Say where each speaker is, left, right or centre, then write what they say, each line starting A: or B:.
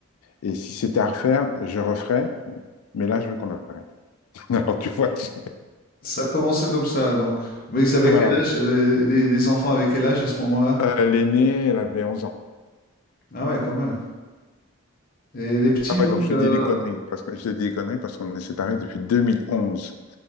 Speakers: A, on the left; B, on the left.
A: Et si c'était à refaire, je referais. Mais là, je veux qu'on arrête. <laughs> Alors, tu vois, tu-
B: Ça a commencé comme ça, donc. Mais ils avaient
A: voilà.
B: quel âge? Les, les- les enfants avaient quel âge à ce moment-là?
A: Euh, l'aînée, elle avait 11 ans.
B: Ah ouais, quand même. Et les petits,
A: Ah ouais,
B: donc,
A: donc je te
B: euh,
A: dis des conneries, parce que je te dis des conneries parce qu'on est séparés depuis 2011.